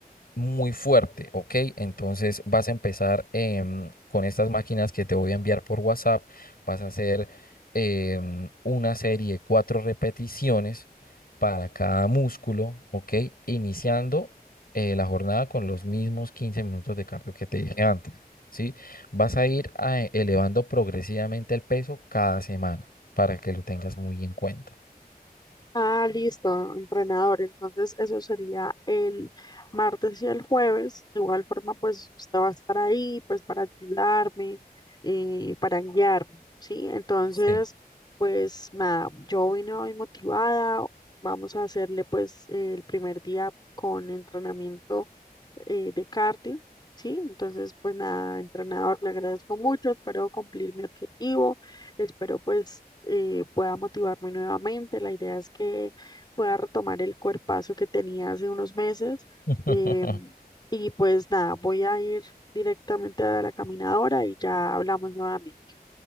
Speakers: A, on the left; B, on the left.
A: muy fuerte, ¿ok? Entonces vas a empezar em, con estas máquinas que te voy a enviar por WhatsApp, vas a hacer em, una serie de cuatro repeticiones para cada músculo, ¿ok? Iniciando eh, la jornada con los mismos 15 minutos de cardio que te dije antes, ¿sí? Vas a ir ah, elevando progresivamente el peso cada semana para que lo tengas muy en cuenta.
B: Ah, listo, entrenador. Entonces, eso sería el martes y el jueves. De igual forma, pues usted va a estar ahí, pues para ayudarme, eh, para guiarme, ¿sí? Entonces,
A: Sí.
B: pues nada, yo vine hoy motivada. Vamos a hacerle pues el primer día con entrenamiento eh, de cardio, ¿sí? Entonces, pues nada, entrenador, le agradezco mucho, espero cumplir mi objetivo, espero pues eh, pueda motivarme nuevamente, la idea es que pueda retomar el cuerpazo que tenía hace unos meses
A: <laughs>
B: eh, y pues nada, voy a ir directamente a la caminadora y ya hablamos nuevamente.